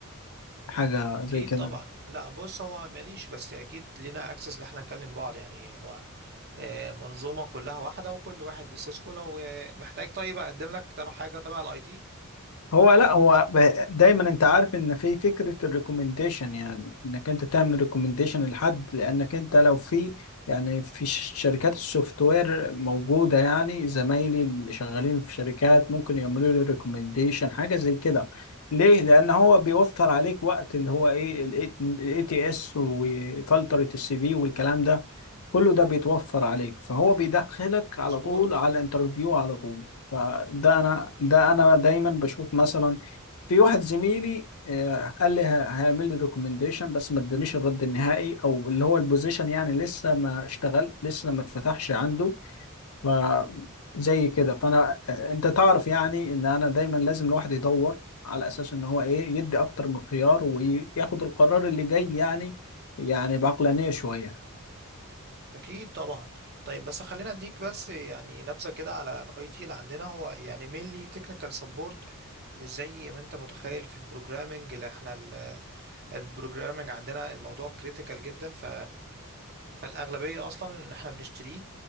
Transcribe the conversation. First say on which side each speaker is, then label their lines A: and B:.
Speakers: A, on the left (about 70°); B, on the right (about 45°).
A: حاجه
B: اكيد
A: زي كده
B: طبعا لا بص هو ماليش بس اكيد لينا اكسس اللي احنا نكلم بعض يعني هو آه، منظومه كلها واحده وكل واحد ليه سيسكو لو آه، محتاج طيب اقدم لك تبع حاجه تبع الاي تي
A: هو لا هو ب- دايما انت عارف ان في فكره الريكومنديشن يعني انك انت تعمل ريكومنديشن لحد لانك انت لو في يعني في ش- شركات السوفت وير موجوده يعني زمايلي اللي شغالين في شركات ممكن يعملوا لي ريكومنديشن حاجه زي كده ليه؟ لان هو بيوفر عليك وقت اللي هو ايه الاي تي اس وفلتره السي في والكلام ده كله ده بيتوفر عليك فهو بيدخلك على
B: مظبوط
A: طول على الانترفيو على طول فده انا ده انا دايما بشوف مثلا في واحد زميلي آه، قال لي ه- هيعمل لي ريكومنديشن بس ما ادانيش الرد النهائي او اللي هو البوزيشن يعني لسه ما اشتغل لسه ما اتفتحش عنده ف زي كده فانا آه، انت تعرف يعني ان انا دايما لازم الواحد يدور على اساس ان هو ايه يدي اكتر من خيار وياخد القرار اللي جاي يعني يعني بعقلانية شوية
B: اكيد طبعا طيب بس خلينا اديك بس يعني نبذه كده على الاي تي اللي عندنا هو يعني مينلي تكنيكال سبورت مش زي ما انت متخيل في البروجرامنج اللي احنا البروجرامنج عندنا الموضوع كريتيكال جدا ف فالاغلبيه اصلا ان احنا بنشتريه